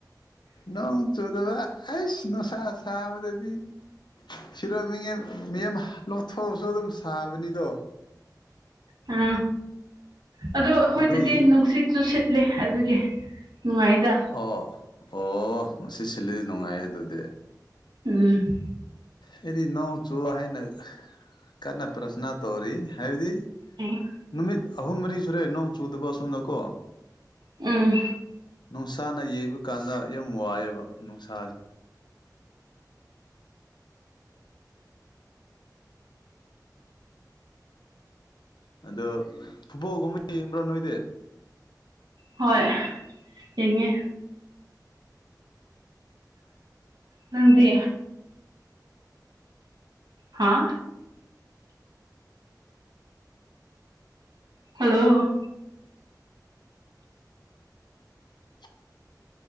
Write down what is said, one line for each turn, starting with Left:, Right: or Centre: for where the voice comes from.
Left: ꯅꯪ ꯆꯣꯗꯕꯥ ꯑꯩꯁ ꯅꯣꯁꯥꯁ ꯆꯥꯕꯗꯗꯤ ꯁꯤꯔ ꯃꯤꯡ ꯃꯤꯦꯝ ꯅꯣꯛꯊꯣꯛꯑꯁꯨ ꯑꯗꯨꯝ ꯍꯥꯥꯕꯅꯤꯗꯣ
Right: ꯑ ꯑꯣ ꯍꯈꯣꯏ
Left: ꯃꯗꯨꯒꯤ
Right: ꯑꯗꯨꯗꯤ ꯅꯨꯡꯁꯤꯠ ꯆꯨ ꯁꯤꯠꯂꯤ ꯑꯗꯨꯒꯤ ꯅꯨꯡꯉꯥꯏꯗ
Left: ꯑꯣ ꯑꯣ ꯃꯁꯤ ꯁꯤꯜꯂꯤꯗꯤ ꯅꯨꯡꯉꯥꯏꯌꯦ ꯑꯗꯨꯗꯤ
Right: ꯎꯝ
Left: ꯑꯩꯗꯤ ꯅꯣꯡ ꯆꯨ ꯍꯥꯏꯅ ꯀꯟꯅ ꯄ꯭ꯔꯁꯅꯥ ꯇꯧꯔꯤ ꯍꯥꯏꯕꯗꯤ
Right: ꯎꯝ
Left: ꯅꯨꯃꯤꯠ ꯑꯍꯨꯝ ꯃꯔꯤ ꯁꯨꯔꯦ ꯅꯣꯡ ꯆꯨꯗꯕ ꯑꯁꯣꯝꯅꯀꯣ
Right: ꯎꯝ
Left: ꯅꯨꯡꯁꯥꯅ ꯌꯩꯕ ꯀꯥꯟꯗ ꯌꯥꯝ ꯋꯥꯏꯑꯦꯕ ꯅꯨꯡꯁꯥꯥꯁ ꯎꯝ ꯑꯗꯣ ꯐꯨꯠꯕꯣꯜꯒꯨꯝꯕ ꯌꯦꯡꯕ꯭ꯔꯥ ꯅꯣꯏꯗꯤ
Right: ꯍꯣꯏ ꯌꯦꯡꯉꯦ ꯅꯪꯗꯤ ꯍꯥ ꯍꯜꯂꯣ
Left: ꯑ